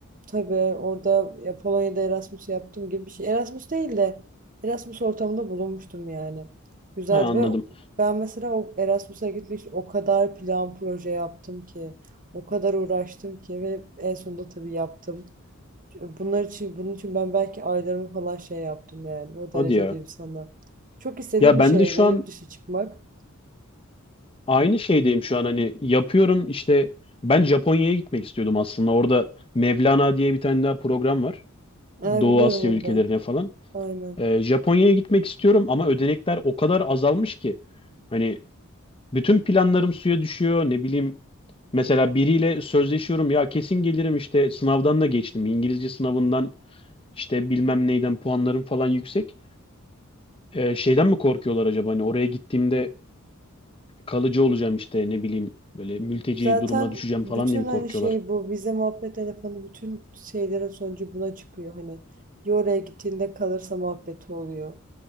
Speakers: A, on the right (about 40°); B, on the left (about 25°).
A: Tabii orada ya Polonya'da Erasmus yaptığım gibi bir şey. Erasmus değil de Erasmus ortamında bulunmuştum yani. Güzeldi
B: Ha, anladım.
A: ve ben mesela o Erasmus'a gitmek için o kadar plan proje yaptım ki. O kadar uğraştım ki ve en sonunda tabii yaptım. Bunlar için, bunun için ben belki aylarımı falan şey yaptım yani. O derece
B: Hadi ya.
A: diyeyim sana. Çok istediğim
B: Ya ben
A: bir şeydi
B: de şu
A: yurt
B: an
A: dışı çıkmak.
B: Aynı şeydeyim şu an hani yapıyorum işte ben Japonya'ya gitmek istiyordum aslında. Orada Mevlana diye bir tane daha program var.
A: Ha,
B: Doğu
A: biliyorum
B: Asya
A: onu
B: ülkelerine
A: da.
B: falan.
A: Aynen.
B: Ee, Japonya'ya gitmek istiyorum ama ödenekler o kadar azalmış ki hani bütün planlarım suya düşüyor ne bileyim. Mesela biriyle sözleşiyorum ya kesin gelirim işte sınavdan da geçtim. İngilizce sınavından işte bilmem neyden puanlarım falan yüksek. Ee, şeyden mi korkuyorlar acaba hani oraya gittiğimde kalıcı olacağım işte ne bileyim böyle mülteci
A: Zaten
B: durumuna düşeceğim
A: bütün
B: falan diye mi
A: hani
B: korkuyorlar?
A: şey bu vize muhabbet telefonu bütün şeylerin sonucu buna çıkıyor. Hani ya oraya gittiğinde kalırsa muhabbeti oluyor.